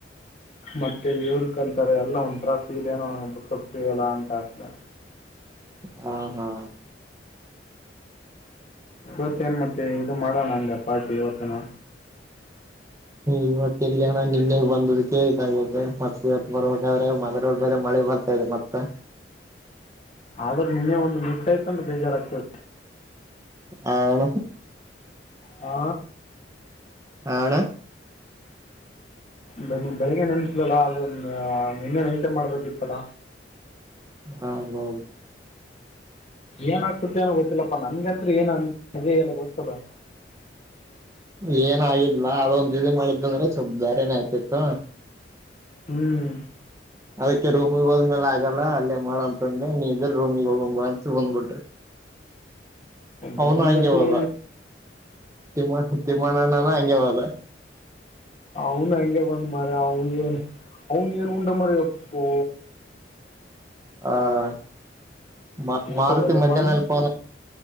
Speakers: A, on the left (about 40°); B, on the right (about 15°).
A: ಮತ್ತೆ ಇವ್ರು ಕಲ್ತಾರೆ ಎಲ್ಲ ಒಂಥರ ಫೀಲ್ ಏನೋ ಅವನ್ನ ಬಿುಟ್ಟ ಹೋಗ್ತವಲ್ಲ ಅಂತ ಆಸಲ.
B: ಹ್ಮ ಹಾ.
A: ಇವತ್ತೇನ್ ಮತ್ತೆ ಇದು ಮಾಡೋಣ ಅಂದ ಪಾರ್ಟಿ ಇವತ್ತನ.
B: ಇವತ್ತ ಎಲ್ಲಿಯಣ್ಣ ನಿನ್ನೆ ಬಂದದಕ್ಕೆೇ ಇದಾಗೆ ಮತ್ತ್ ಬರ್ಬೇಕಾದ್ರೆ ಮದ್ ಬೇರೆ ಮ. ಕಳಿ ಬರ್ತಾ ಇದೆ ಮತ್ತೆ.
A: ಆದ್ರೆ ನಿನ್ನೆ ಒಂದು ಮಿಸ್ ಆಯ್ತ ಅಂದ್ರೆ ಬೇಜಾರಾಗಗ್್ತದೆ.
B: ಹ ಅಣ್ಣ.
A: ಹಾ.
B: ಆಣ.
A: ಬ ಬೆಳಿಗ್ಗೆ ನೆನ್ಸಲಲ್ಲ ಅ ನಿನ್ನೆ ನೈಚ ಮಾಡ್ಬೇಕಿತ್ತಲ್ಲ.
B: ಹಾ ಹೌದು.
A: ಏನಾಗ್ತತ್ತ ಅನೋ ಗೊತ್ತಿಲ್ಲಪ್ಪ ನನ್ಗತ್ ಏನ್ ಅ ಅಜೇ ಎಲ್ಲ ಗೊತ್ತಲ್ಲ.
B: ಏನ ಆಾಗಿದಲಾ ಅವಂದ ಬಿಡಿಿ ಮಾಡಿದ್ದ ಅಂದ್ರೆ ಸ್ವಲ್ಪ ಬೇರೆನೆೇ ಆಯತಿತ್ತು.
A: ಹ್ಮ್.
B: ಅದಕ್ಕೆ ರೂಮಗ್ ಹೋದ್ಮೇಲೆ ಆಗಲ್ಲ ಅಲ್ಲೇ ಮಾಡಂತಂದ್ ನೀ ಇದ್ರ ರೂಮಗ್ ಹೋಗ ಬಾ ಅಂತ ಬಂದ್ ಬಿಟ್ರ ಅವನು
A: ಬಂದ್ಬಿಟ್ಟು
B: ಹಂಗೆ ಹೋದ ತಿಮ್ಮ ತಿಮಣ್ಣನ ಹಂಗೆ ಹೋದ
A: ಅವನ್ ಹಂಗೆ ಬಂದ ಮಾರ ಅವನ್ ಏನ್ ಅವನು ಏನ್ ಉಂಡ ಮರಿ ಅಪ್ಪೋ
B: ಹ ಮಾ
A: ಊಟ
B: ಮಾರತಿ
A: ಬಲೆ
B: ಮಜಾನಲ್ಲಿ
A: ಮಾಡಿ
B: ಫೋನ್ ಹಚ್ಚಿ